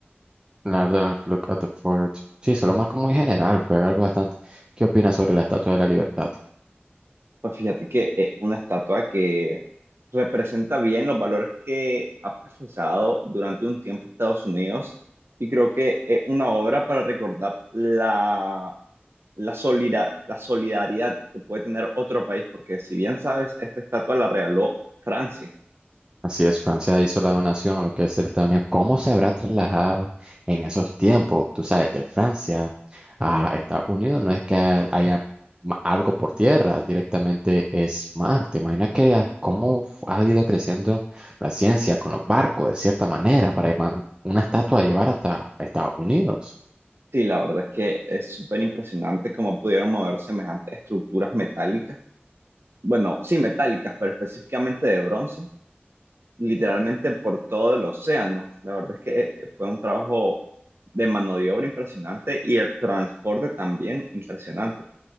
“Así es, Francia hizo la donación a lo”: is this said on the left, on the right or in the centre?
Right